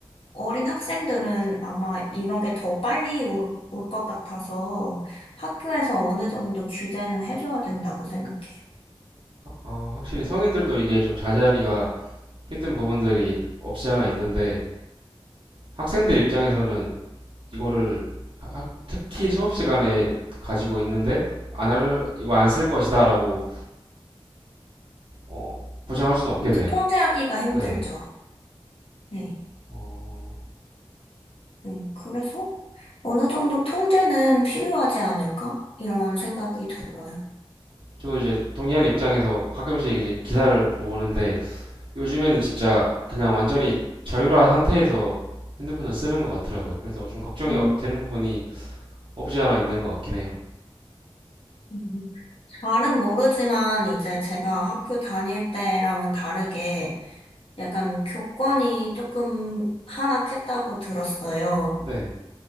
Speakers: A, on the left; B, on the right.
A: 어린 학생들은 아마 이런 게 더 빨리 올, 올 것 같아서 학교에서 어느 정도 규제는 해줘야 된다고 생각해요.
B: 아, 확실히 성인들도 이게 좀 자제하기가 힘든 부분들이 없지 않아 있는데 학생들 입장에서는 이거를 특히 수업 시간에 가지고 있는데 안 할, 이거 안 쓸 것이다라고 어, 보장할 수는 없겠네요.
A: 혼자 통제하기가 힘들죠.
B: 네.
A: 네.
B: 어,
A: 네, 그래서 어느 정도 통제는 필요하지 않을까? 이런 생각이 들어요.
B: 저도 이제 동의하는 입장에서 가끔씩 이제 기사를 보는데 요즘에는 진짜 그냥 완전히 자유화 상태에서 핸드폰을 쓰는 것 같더라고요. 그래서 좀 걱정이
A: 음,
B: 어- 되는 부분이 없지 않아 있는 것 같긴 해요.
A: 음. 잘은 모르지만 이제 제가 학교 다닐 때랑은 다르게 약간 교권이 조금 하락했다고 들었어요.
B: 네,